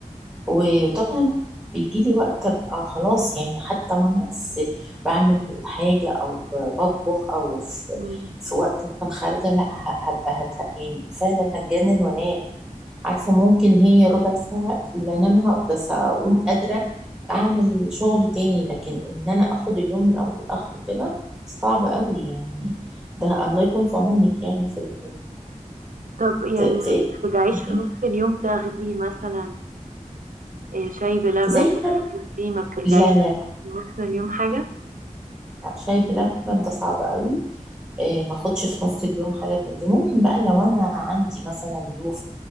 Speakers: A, in the centre; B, on the right (about 75°).
A: و- وطبعا بيجي لي وقت ابقى خلاص يعني حتى وانا في بعمل حاجه او ب- بطبخ او في
B: مم.
A: في وقت مثلا خارجه لا ه- هبقى هت يعني فعلا هتجنن وانام عارفة ممكن هي ربع ساعة اللي انامها بس اقوم قادرة اعمل شغل تاني لكن ان انا اخد اليوم من اوله لاخره كده صعب قوي يعني ده الله يكون في عونك يعني في ال...
B: طب يعني
A: في
B: ما
A: في
B: بترجعيش في
A: إيه؟
B: نص اليوم تاخدي مثلا إيه، شاي بلبن
A: زي
B: الحاجات دي ما بترجعيش
A: لا لا
B: في نص اليوم حاجة
A: لا، شاي بلبن ده صعب قوي إيه، ما اخدش في نص اليوم حاجات من دي ممكن بقى لو انا عندي مثلا ضيوف